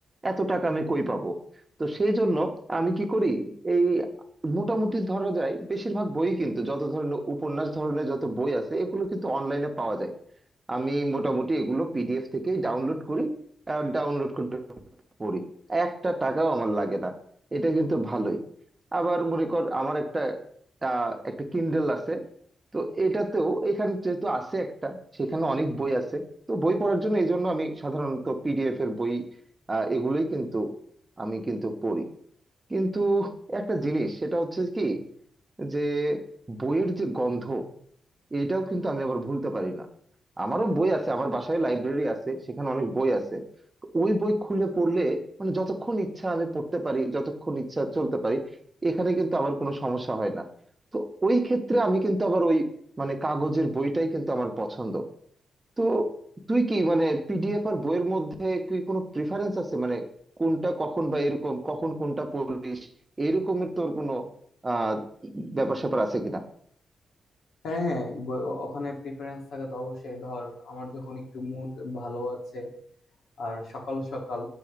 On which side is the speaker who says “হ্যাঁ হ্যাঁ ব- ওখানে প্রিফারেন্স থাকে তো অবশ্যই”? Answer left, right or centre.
Left